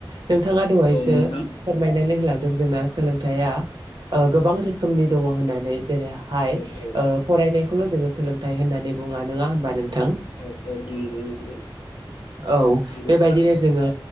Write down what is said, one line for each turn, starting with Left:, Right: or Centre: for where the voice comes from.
Right: नोंथाङा दहायसो
Left: औ नोंथां
Right: फोरमायनानै होलां दों जोंना सोलोंथाइया ओ गोबां रोखोमनि दङ होनना जेरैहाय
Left: औ औ
Right: ओ फरायनाय खौल जोङो सोलोंथाइ होननानै बुङा नङा होनबा नों थां
Left: औ औ नंगौ नंगौ
Right: औ
Left: नंगौ
Right: बेबायदिनो
Left: थारैनो
Right: जोङो